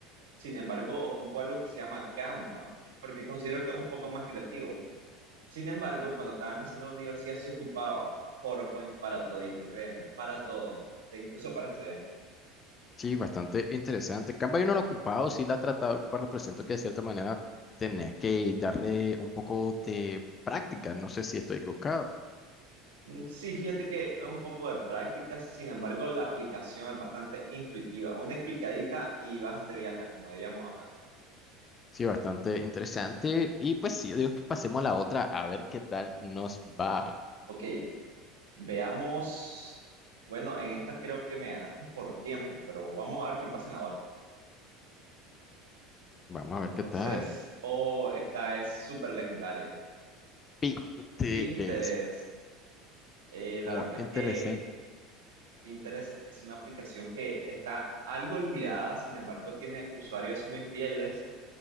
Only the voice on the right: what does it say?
Sin embargo, ocupo algo que se llama Canva, porque considero que es un poco más creativo. Sin embargo, cuando estaba empezando la universidad, sí ocupaba PowerPoint para todito, créeme, para todo, e incluso para estudiar.
Mm, Sí, fíjate que es un poco de práctica, sin embargo, la aplicación es bastante intuitiva. Una explicadita y vas de viaje, como diríamos acá.
Ok, veamos. Bueno, en esta creo que me ganaste por tiempo, pero vamos a ver qué pasa en la otra.
Entonces,
oh, esta es súper legendaria.
Pinterest. Eh, la
verdad
es que Pinterest es una aplicación que está algo olvidada, sin embargo, tiene usuarios muy fieles